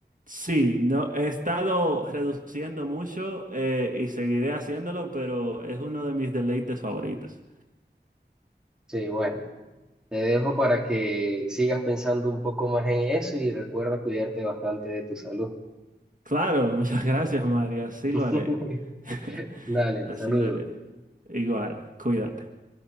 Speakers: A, on the right; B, in the centre.
A: Sí, no, he estado reduciendo mucho eh, y seguiré haciéndolo, pero es uno de mis deleites favoritos.
B: sí, bueno. Te dejo para que sigas pensando un poco más en eso y recuerda cuidarte bastante de tu salud.
A: Claro, <laughs> muchas gracias, Mario. Así
B: <laughs>
A: lo haré. <laughs>
B: Dale,
A: Así
B: saludos.
A: lo haré. Igual, cuídate.